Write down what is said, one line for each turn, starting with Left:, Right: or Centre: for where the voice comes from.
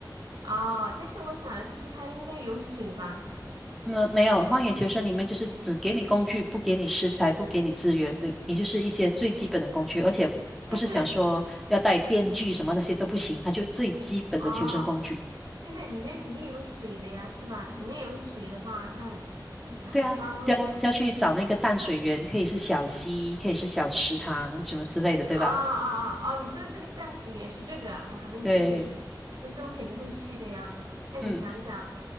Right: 哦，但是我想的就是它应该有水吧，
Centre: 那没有，荒野求生里面就是只给你工具，不给你食材，不给你资源，你你就是一些最基本的工具，而且不是想说要带电锯什么那些都不行，
Right: 但是
Centre: 它就最基本的求生工具。
Right: 哦，就是里面肯定有水的呀，是吧？里面有水的话，那就想方
Centre: 对啊，就要就要去找那个淡水源，可以是小溪，可以是小池塘什么之类的，
Right: 啊啊啊！
Centre: 对吧？
Right: 哦，你说的这个淡水园是这个啊，我还没理解意思，
Centre: 对，
Right: 但是我肯定会去的呀。那你想想，
Centre: 嗯，